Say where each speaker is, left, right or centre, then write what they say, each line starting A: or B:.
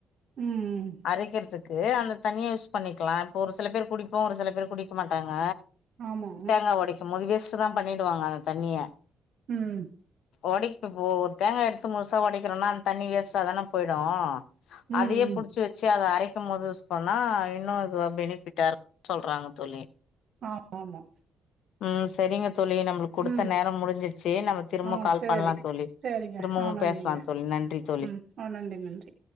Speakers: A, on the right; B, on the left.
A: ம் ம்
B: அரைக்கிறதுக்கு அந்த தண்ணிய யூஸ் பண்ணிக்கலா இப்ப ஒரு சில பேர் குடிப்போ ஒரு சில பேர் குடிக்க மாட்டாங்க
A: ஆமா
B: தேங்கா ஒடைக்கும்போது வேஸ்ட்டுதா பண்ணிடுவாங்க அந்த தண்ணிய
A: ம்
B: ஒடைக்கு ஒரு தேங்காய் எடுத்து முழுசா ஒடைக்கிறோனா அந்த தண்ணி வேஸ்டாதானே போய்டு
A: ம்
B: அதையே
A: ம்
B: புடிச்சி வ ச்ச அத அரைக்கும்போது யூஸ் பண்ணா இன்னோ இதுவா பெனிஃபிட்டா இருக்கு சொல்றாங்க தோழி
A: ஆமாமா
B: ம் செரிங்க தோழி நம்மளுக்கு குடுத்த
A: ம்
B: நேர முடிஞ்சிச்சி நம்ம திரும்ப
A: ஆ
B: கால்
A: சேரி
B: பண்லா தோழி
A: சேரிங்க
B: திரும்பவு
A: ஆ நன்றிங்க
B: பேசலா தோழி நன்றி தோழி
A: ம் ஆ நன்றி நன்றி